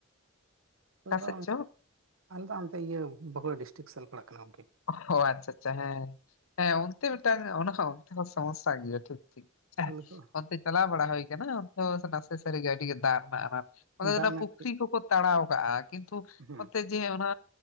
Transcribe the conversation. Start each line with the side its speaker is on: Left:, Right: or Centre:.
Left: ᱚᱠᱟ
Right: ᱵᱟᱝ ᱟᱞᱮ ᱫᱚ
Left: ᱥᱮᱫ ᱪᱚ
Right: ᱟᱞᱮ ᱫᱚ ᱚᱱᱛᱮ ᱤᱭᱟᱹ ᱵᱟᱸᱠᱩᱲᱟ ᱰᱤᱥᱴᱤᱠ ᱥᱮᱫ ᱞᱮ ᱯᱟᱲᱟᱜ ᱠᱟᱱᱟ ᱜᱚᱝᱠᱮ
Left: ᱚᱜᱦᱚ ᱟᱪᱪᱷᱟ ᱟᱪᱪᱷᱟ ᱦᱮᱸ ᱦᱮᱸ ᱚᱱᱛᱮ ᱢᱤᱫᱴᱟᱝ ᱚᱱᱟ ᱦᱚᱸ ᱚᱱᱛᱮ ᱫᱚ ᱥᱚᱢᱚᱥᱟ ᱜᱮᱭᱟ ᱴᱷᱤᱠ ᱴᱷᱤᱠ ᱮᱸᱦᱮ
Right: ᱟᱞᱮ ᱫᱚ
Left: ᱚᱱᱛᱮ ᱪᱟᱞᱟᱣ ᱵᱟᱲᱟ ᱦᱩᱭ ᱟᱠᱟᱱᱟ ᱚᱱᱛᱮ ᱱᱟᱥᱮ ᱥᱟᱨᱤ ᱜᱮ ᱟᱰᱤ ᱜᱮ ᱫᱟᱜ ᱨᱮᱱᱟᱜ ᱟᱱᱟᱴ ᱚᱱᱛᱮ ᱫᱚ
Right: ᱫᱟᱜ
Left: ᱚᱱᱟ
Right: ᱨᱮᱱᱟᱜ
Left: ᱯᱩᱠᱷᱨᱤ ᱠᱚᱠᱚ ᱛᱟᱲᱟᱣ ᱠᱟᱜᱼᱟ ᱠᱤᱱᱛᱩ
Right: ᱦᱩᱸ
Left: ᱚᱱᱛᱮ ᱡᱮ ᱚᱱᱟ